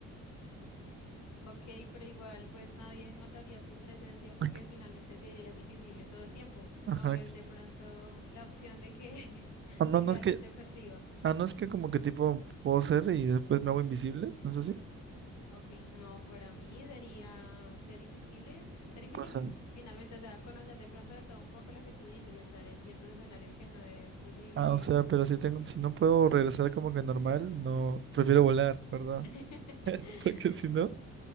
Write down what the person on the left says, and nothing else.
Ok, pero igual pues nadie notaría tu presencia porque
finalmente serías invisible todo el tiempo. No
es
de pronto la opción de que, <laughs>
de
que
alguien
te perciba.
Ok, no, para mí sería ser invisible, ser invisible.
Finalmente, o sea, conocer de pronto de todo un poco lo que tú dices, estar en ciertos escenarios que no es posible.
<laughs>